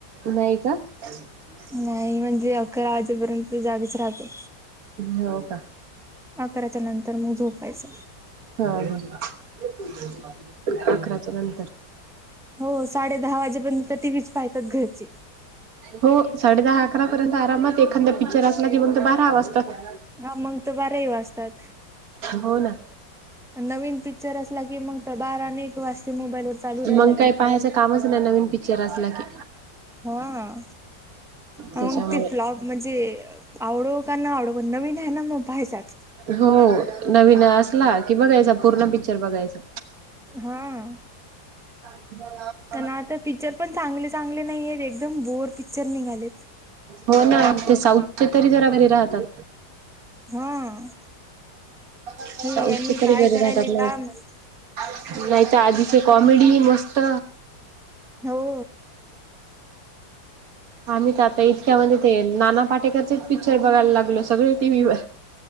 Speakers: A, on the right; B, in the centre.
A: नाही का <unintelligible>
B: नाही म्हणजे अकरा वाजेपर्यंत जागीच राहते
A: हो का
B: अकराच्या नंतर मग झोपायचं
A: हा ह अकराच्या नंतर
B: हो साडे दहा वाजेपर्यंत तर टिव्हीच पायतात घरचे
A: हो साडे दहा अकरा पर्यंत आरामात एखांदा पिक्चर असला की मग तो बारा वाजतात
B: हा मंग त बारेही वाजतात
A: हो ना
B: नवीन पिक्चर असला की मग त बारा आणि एक वाजता मोबाईल वर चालू राहिला
A: मग काही
B: की
A: पाहायचं कामच नाही नवीन पिक्चर असला की
B: हा मग
A: त्याच्यामुळे
B: ते फ्लब म्हणजे आवडो का नाही आवडो पण नवीन आहे ना मग पाहायचाच
A: हो नवीन असला की बघायचा पूर्ण पिक्चर बघायचा
B: हां
A: <unintelligible>
B: ना आता पिक्चर पण चांगले चांगले नाही आहेत एकदम बोर पिक्चर निघालेत
A: हो ना ते साऊथचे तरी जरा बरे राहतात
B: हा.
A: साऊथ
B: हे यांनी
A: तरी
B: काय
A: बरे
B: करायले
A: राहतात
B: काय माहित.
A: <unintelligible> नाही तर आधीचे कॉमेडी मस्त
B: हो
A: आम्ही तर आता इतक्या म्हणजे ते नाना पाटेकरचेच पिक्चर बघायला लागलो सगळे टी व्हीवर